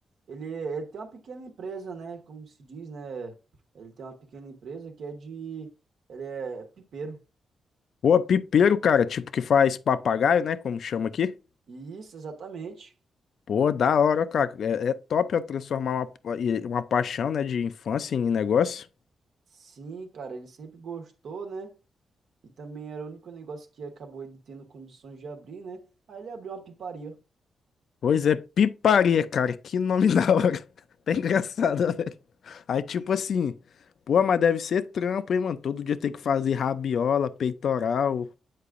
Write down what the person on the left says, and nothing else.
Pô, pipeiro, cara. Tipo, que faz papagaio, né? Como chama aqui.
Pô, da hora, ó, cara. É, é top, ó, transformar uma, e- uma paixão, né? De infância em negócio.
Pois é, piparia, cara. Que nome <laughs> da hora. Tá engraçado, <laughs> ó, velho. Aí, tipo assim. Pô, mas deve ser trampo, hein, mano? Todo dia tem que fazer rabiola, peitoral.